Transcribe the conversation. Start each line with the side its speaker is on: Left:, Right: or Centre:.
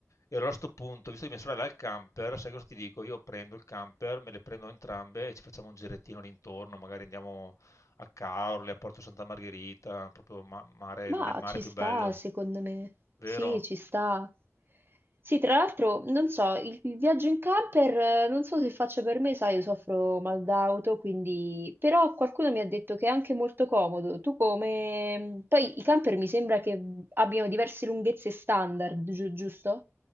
Left: e allora a sto punto, visto che mia sorella ha il camper, sai cosa ti dico? Io prendo il camper, me le prendo entrambe e ci facciamo un girettino all'intorno, magari andiamo a Caorle, a Porto Santa Margherita, proprio ma- mare,
Right: Ma
Left: non è il mare
Right: ci
Left: più
Right: sta,
Left: bello,
Right: secondo me.
Left: vero?
Right: Sì, ci sta. Sì, tra l'altro, non so, il, il viaggio in camper, eh, non so se faccia per me, sai, io soffro mal d'auto, quindi... Però qualcuno mi ha detto che è anche molto comodo. Tu come... Poi i camper mi sembra che abbiano diverse lunghezze standard, giu- giusto?